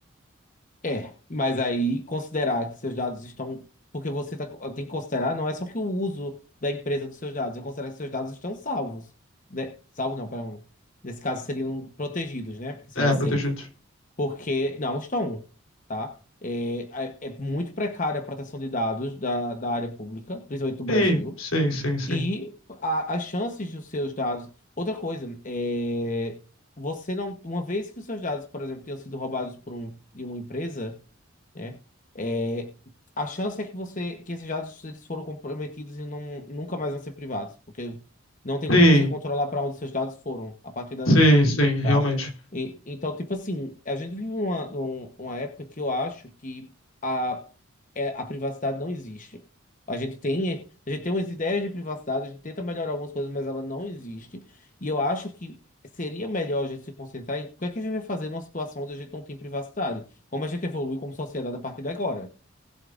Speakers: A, on the left; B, on the left.
A: É, mas aí considerar que seus dados estão. Porque você tá- tem que considerar, não é só que o uso da empresa dos seus dados, eu considero que seus dados estão salvos. né? Salvos não, perdão. Nesse caso seriam protegidos, né? Porque seria
B: É, protegidos.
A: safe. Porque não estão, tá? É, é é muito precária a proteção de dados da, da área pública, principalmente do Brasil.
B: Sim, sim, sim, sim.
A: E a- as chances dos seus dados. Outra coisa, é, você não. Uma vez que os seus dados, por exemplo, tenham sido roubados por um, de uma empresa né? É, a chance é que você que esses dados eles foram comprometidos e não, nunca mais vão ser privados, porque não tem
B: Sim.
A: como você controlar para onde seus dados foram a partir daí,
B: Sim, sim,
A: tá?
B: realmente.
A: E- então, tipo assim, a gente vive uma, num- uma época que eu acho que a, é, a privacidade não existe. A gente tem, a gente tem umas ideias de privacidade, a gente tenta melhorar algumas coisas, mas ela não existe. E eu acho que seria melhor a gente se concentrar em o que é que a gente vai fazer numa situação onde a gente não tem privacidade. Como a gente evolui como sociedade a partir de agora,